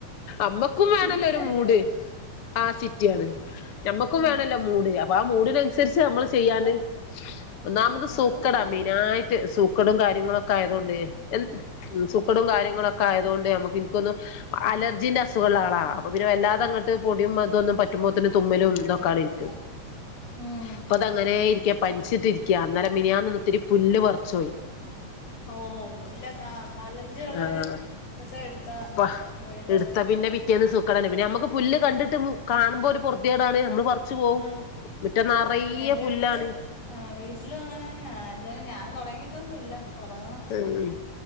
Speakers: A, on the left; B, on the left.
A: അമ്മക്കും വേണല്ലോ
B: സിറ്റിയാ
A: ഒരു
B: അല്ലയോ
A: മൂഡ് ആഹ് സിറ്റിയാണ് ഞമ്മക്കും
B: ഉം
A: വേണല്ലോ മൂഡ് അപ്പൊ ആ മൂഡിനനുസരിച്ച് നമ്മൾ ചെയ്യാന്
B: അവിടെ വെക്ക്
A: ഒന്നാമത്
B: അവിടെ
A: സൂക്കെടാ
B: വെക്കടാ
A: മൈനായിട്ട് റ്റ് സൂക്കെടും കാര്യങ്ങളൊക്കെ ആയതോണ്ട് എന്ത് ഉം സുക്കടും കാര്യങ്ങളൊ ഒക്കെ ആയതോണ്ട് ഞമ്മക്ക് ഇൻക്കൊന്നും അലർജിന്റെ അസുഖള്ള ആളാ അപ്പൊ പിന്നെ വല്ലാതങ്ങട്ട് പൊടിയും മതൊന്നും പറ്റുമ്പോത്തിന് തുമ്മലും
B: ഉം
A: ഇതൊക്കാണെൻക്ക്
B: ഉം
A: ഇപ്പൊ അത അങ്ങനെ ഇരിക്ക പനിച്ചിട്ടിരിക്ക അന്നേരം മിനിയാൻ നിന്നത്തിരി പുല്ല് പറച്ചുപോയി
B: ഓ ഇല്ല ആഹ് പാലർചി ഉള്ളര്
A: ആഹ്
B: ഇതൊക്കെ എടുത്താ
A: പ്പ
B: വീണ്ടും
A: എടുത്ത പിന്നെ പിറ്റേന്ന് സൂക്ക പിന്നെ നമുക്ക് പുല്ല് കണ്ടി കാണുമ്പോ ഒരു പറതിേടാണ് നമ്മള് പറച്ചു പോകവും
B: ആഹ്
A: മുറ്റം നിറയെ
B: എന്റെ
A: പുല്ലാണ്
B: വീട്ടില് ആഹ് വീട്ടിലും അങ്ങനെ തന്നെ അതുവ ഞാൻ തുടങ്ങിട്ടൊന്നും ഇല്ല തുടങ്ങണം
A: ഉം